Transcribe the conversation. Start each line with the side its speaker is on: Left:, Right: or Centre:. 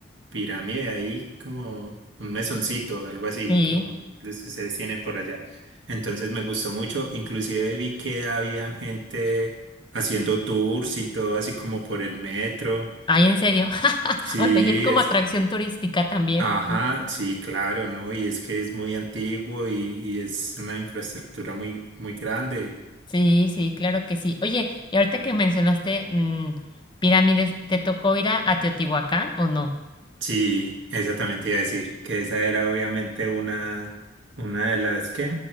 Right: pirámide ahí, como un mesoncito, algo así,
Left: sí.
Right: como los que ustedes tienen por allá. Entonces me gustó mucho, inclusive vi que habían gente haciendo tours y todo así como por el metro.
Left: Ay, en serio. <laughs>
Right: Sí,
Left: O sea, y es como
Right: es.
Left: atracción turística también,
Right: Ajá,
Left: ¿no?
Right: sí, claro, ¿no? Y es que es muy antiguo y, y es una infraestructura muy, muy grande.
Left: Sí, sí, claro que sí. Oye, y ahorita que mencionaste mm, pirámides, ¿te tocó ir a, a Teotihuacán o no?
Right: Sí, exactamente iba a decir, que esa era obviamente una, una de las que,